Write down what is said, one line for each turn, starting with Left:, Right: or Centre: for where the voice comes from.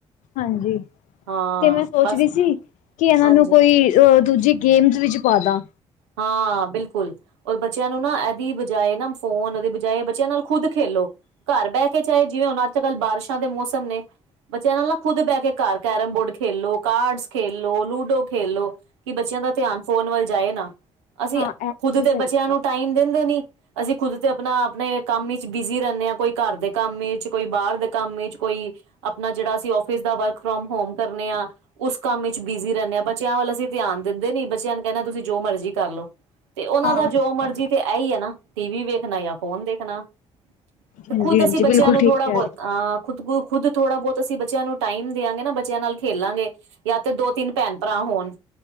Left: ਹਾਂਜੀ
Right: ਹਾਂ
Left: ਤੇ ਮੈਂ ਸੋਚ
Right: ਬਸ
Left: ਰੀ ਸੀ ਕਿ ਇਹਨਾਂ
Right: ਹਾਂਜੀ
Left: ਨੂੰ ਕੋਈ ਅਹ ਦੂਜੀ ਗੇਮਸ ਵਿੱਚ ਪਾ ਦਾਂ।
Right: ਹਾਂ, ਬਿਲਕੁਲ। ਰ ਬੱਚਿਆਂ ਨੂੰ ਨਾ ਇਹਦੀ ਬਜਾਏ ਨਾ ਫੋਨ ਉਹਦੀ ਬਜਾਏ ਬੱਚਿਆਂ ਨਾਲ ਖੁਦ ਖੇਲੋ। ਘਰ ਬਹਿ ਕੇ ਚਾਹੇ ਜਿਵੇਂ ਹੁਣ ਅੱਜ ਕੱਲ੍ਹ ਬਾਰਿਸ਼ਾਂ ਦੇ ਮੌਸਮ ਨੇ। ਬੱਚਿਆਂ ਇਹ ਨਾਲ ਨਾਲ ਖੁਦ ਬਹਿ ਕੇ ਘਰ ਕੈਰਮ ਬੋਰਡ ਖੇਲੋ ਕਾਰਡਸ ਖੇਲੋ ਲੂਡੋ ਖੇਲੋ। ਕਿ ਬੱਚਿਆਂ ਦਾ ਧਿਆਨ ਫੋਨ ਵੱਲ ਜਾਏ ਨਾ ਅਸੀਂ
Left: ਹਾਂ ਇਹ
Right: ਖੁਦ
Left: ਤੁਸੀਂ
Right: ਤੇ
Left: ਸਹੀ
Right: ਬੱਚਿਆਂ
Left: ਕਰ
Right: ਨੂੰ ਟਾਈਮ ਦਿੰਦੇ ਨੀ। ਅਸੀਂ ਖੁਦ ਤੇ ਆਪਣਾ ਆਪਣੇ ਕੰਮ ਵਿਚ ਬਿਜੀ ਰਹਿੰਦੇ ਹਾਂ ਕੋਈ ਘਰ ਦੇ ਕੰਮ ਵਿਚ ਕੋਈ ਬਾਹਰ ਦੇ ਕੰਮ ਵਿਚ ਕੋਈ ਆਪਣਾ ਜਿਹੜਾ ਅਸੀਂ ਔਫਿਸ ਦਾ ਵਰਕ ਫਰੋਮ ਹੋਮ ਕਰਨੇ ਆ। ਉਸ ਕੰਮ ਵਿਚ ਬਿਜ਼ੀ ਰਹਿੰਦੇ ਆ ਬੱਚਿਆਂ ਵੱਲ ਅਸੀਂ ਧਿਆਨ ਦਿੰਦੇ ਨੀ ਬੱਚਿਆਂ ਨੂੰ ਕਹਿੰਦੇ ਆ ਤੁਸੀਂ ਜੋ ਮਰਜ਼ੀ ਕਰ ਲਓ। ਤੇ ਉਹਨਾਂ
Left: ਹਾਂ।
Right: ਦਾ ਜੋ ਮਰਜੀ ਤੇ ਇਹੀ ਹੈ ਨਾ ਟੀ ਵੀ ਵੇਖਣਾ ਜਾਂ ਫੋਨ ਦੇਖਣਾ। ਤੇ
Left: ਹਾਂਜੀ
Right: ਖੁੱਦ
Left: ਹਾਂਜੀ
Right: ਅਸੀਂ ਬੱਚਿਆਂ
Left: ਬਿਲਕੁਲ
Right: ਨੂੰ
Left: ਠੀਕ
Right: ਥੋੜ੍ਹਾ
Left: ਕਹਿ
Right: ਬਹੁਤ
Left: ਰਹੇ
Right: ਅਹ ਖੁਦ ਖੁਦ ਥੋੜਾ ਬਹੁਤ ਅਸੀ ਬੱਚਿਆਂ ਨੂੰ ਟਾਈਮ ਦਿਆਂਗੇ ਨਾ ਬੱਚਿਆਂ ਨਾਲ ਖੇਲਾਂਗੇ। ਜਾਂ ਤੇ ਦੋ ਤਿੰਨ ਭੈਣ ਭਰਾ ਹੋਣ।